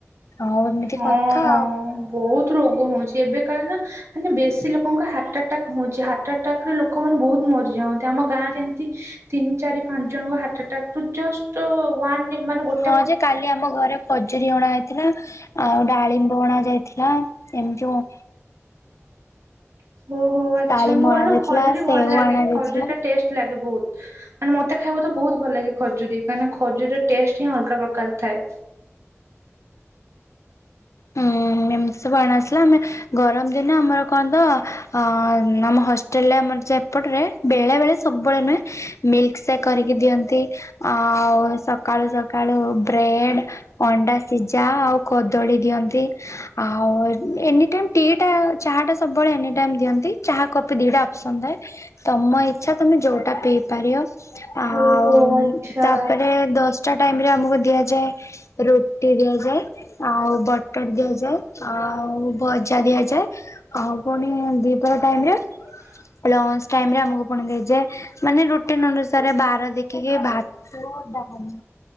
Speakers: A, on the left; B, on the right.
A: ଆଉ ଏମିତି
B: ହଁ
A: କଥା ଆଉ।
B: ବହୁତ ରୋଗ ହଉଛି ଏବେ କାଳେ ନା ମାନେ ବେଶୀ ଲୋକଙ୍କର ହାର୍ଟ ଆଟାକ୍ ହଉଛି ହାର୍ଟ ଆଟାକରେ ଲୋକମାନେେ ବହୁତ ମରିଯାଉନ୍ତି ଆମ ଗାଁ ରେ ଏମିତି ତିନି ଚାରି ପାଞ୍ଚ ଜଣଙ୍କ ହାର୍ଟ ଆଟାକ ରୁ ଜଷ୍ଟ ୱାନରେ ମାନେ ଗୋ
A: ହଁ ଯେ କାଲି ଆମ ଘରେ ଖଜୁରୀ ଅଣା ଯାଇଥିଲା ଆଉ ଡାଳିମ୍ବ ଅଣା ଯାଇଥିଲା ଏମିତି ଯୋଉ
B: <unintelligible> ଓହୋ ଆଚ୍ଛା
A: ଡାଳିମ୍ବ
B: ଭଲ
A: ଅଣା ଯାଇଥିଲା
B: ଖଜୁରୀ ଭଲ
A: ସେଓ
B: ଲାଗେ
A: ଅଣା ଯାଇଥିଲା।
B: ଖଜୁରୀ ଟା ଟେଷ୍ଟ ଲାଗେ ବହୁତ୍। ମାନେ ମତେ ଖାଇବା ତ ବହୁତ ଭଲ ଲାଗେ ଖଜୁରୀ କାହିଁକି ନା ଖଜୁରୀର ଟେଷ୍ଟ ହିଁ ଅଲଗା ପ୍ରକାର ଥାଏ।
A: ହୁଁ ଏମିତି ସବୁ ଆଣି ଆସିଲା ଆମେ ଗରମ ଦିନେ ଆମର କଣ ତ ଅ ଆମ ହଷ୍ଟେଲରେ ଆମର ସେପଟରେ ବେଳେ ବେଳେ ସବୁବେଳେ ନୁହେଁ ମିଲ୍କ ସେକ୍ କରିକି ଦିଅନ୍ତି। ଆଉ ସକାଳୁ ସକାଳୁ ବ୍ରେଡ ଅଣ୍ଡା ସିଝା ଆଉ କଦ ଦଳି ଦିଅନ୍ତି। ଆଉ ଏନି ଟାଇମ୍ ଟି ଚାହା ଟା ସବୁବେଳେ ଏନି ଟାଇମ୍ ଦିଅନ୍ତି ଚାହା କପି ଦିଟା ଅପପ୍ସନ୍ ଥାଏ। ତମ ଇଚ୍ଛା ତମେ ଯୋଉଟା ପିଇ ପାରିବ। ଆଉ
B: ଓହୋ ଆଚ୍ଛା
A: ତାପରେ ଦଶ ଟାଇମ ରେ ଆମକୁ ଦିଆଯାଏ ରୁଟି ଦିଆଯାଏ। ଆଉ ବଟର ଦିଆଯାଏ ଆଉ ଭଜା ଦିଆଯାଏ। ଆଉ ପୁଣି ଦୀପହର ଟାଇମ ରେ
B: ହୁଁ
A: ଲଞ୍ଚ ଟାଇମରେ ଆମକୁ ପୁଣି ଯେ, ମାନେ ରୁଟିନ୍ ଅନୁସାରେ ବାର ଦେଖ କିଏ, ଭାତ, ଡାଲି,